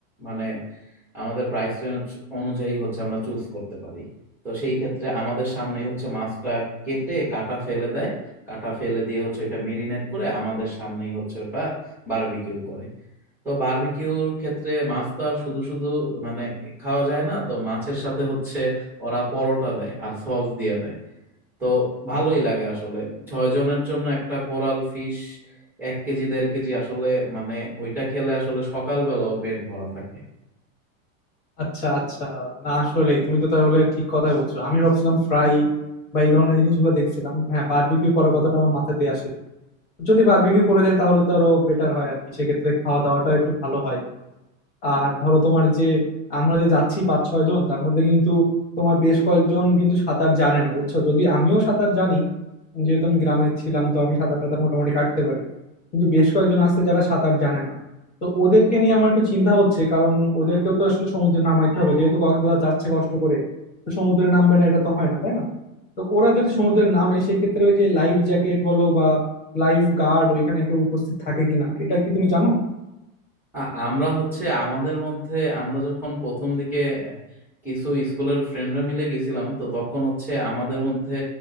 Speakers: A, in the centre; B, on the left (about 40°).
A: মানে আমাদের প্রাইস রেঞ্জ অনুযায়ী হচ্ছে আমরা চুজ করতে পারি তো সেই ক্ষেত্রে আমাদের সামনেই হচ্ছে মাছটা কেটে কাটা ফেলে দেয় কাটা ফেলে দিয়ে হচ্ছে এটা মেরিনেট করে আমাদের সামনেই হচ্ছে ওটা বারবিকিউ করে তো বারবিকিউর ক্ষেত্রে মাছ তো আর শুধু শুধু মানে খাওয়া যায় না তো মাছের সাথে হচ্ছে ওরা পরোটা দেয় আর সস দিয়ে দেয় তো ভালোই লাগে আসলে ছয় জনের জন্য একটা কোরাল ফিশ এক কেজি দেড় কেজি আসলে মানে ওইটা খেলে আসলে সকালবেলাও পেট ভরা থাকে
B: আচ্ছা আচ্ছা না আসলেই তুমি তো তাহলে ঠিক কথাই বলছো আমি ভাবছিলাম ফ্রাই বা এই ধরনের জিনিসগুলো দেখছিলাম হ্যাঁ বারবিকিউ করার কথাটা আমার মাথাতে আসে যদি বারবিকিউ করে দেয় তাহলে তো আরো বেটার হয় আর কি সেক্ষেত্রে খাওয়া দাওয়াটাও একটু ভালো হয় আর ধরো তোমার যে আমরা যে যাচ্ছি পাঁচ ছয় জন তার মধ্যে কিন্তু তোমার বেশ কয়েকজন কিন্তু সাঁতার জানে না বুঝছো যদি আমিও সাঁতার জানি যেহেতু আমি গ্রামে ছিলাম তো আমি সাঁতার টাতার মোটামুটি কাটতে পারি কিন্তু বেশ কয়েকজন আছে যারা সাঁতার জানে না তো ওদেরকে নিয়ে আমার একটু চিন্তা হচ্ছে কারণ ওদেরকেও তো আসলে সমুদ্রে নামাইতে হবে যেহেতু কক্সবাজার যাচ্ছে কষ্ট করে তো সমুদ্রে নামবে না এটা তো হয় না তাই না তো ওরা যদি সমুদ্রে নামে সেই ক্ষেত্রে ওই যে লাইফ জ্যাকেট বলো বা লাইফ গার্ড ওইখানে কেউ উপস্থিত থাকে কিনা এটা কি তুমি জানো
A: আ- আমরা হচ্ছে আমাদের মধ্যে আমরা যখন প্রথম দিকে কিছু স্কুলের ফ্রেন্ডরা মিলে গেছিলাম তো তখন হচ্ছে আমাদের মধ্যে